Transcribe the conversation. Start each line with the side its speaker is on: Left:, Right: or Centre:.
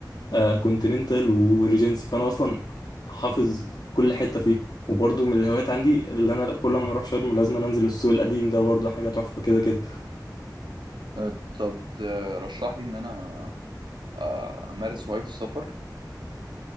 Left: آه كونتيننتال وريجنسي فانا اصلا حافظ كل حته فيه وبرضه من الهوايات عندي اللي انا كل ما اروح شرم لازم أنا انزل السوق القديم ده برضه حاجه تحفه كده كده
Right: آه، طب ترشح لي إن أنا آه، أمارس هواية السفر